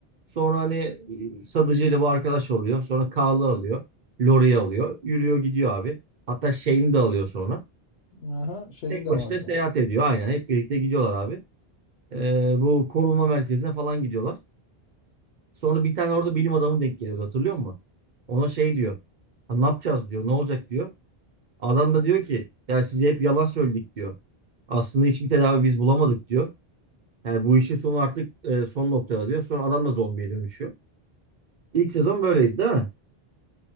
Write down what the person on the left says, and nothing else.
Aha, şeyin
de
vardı.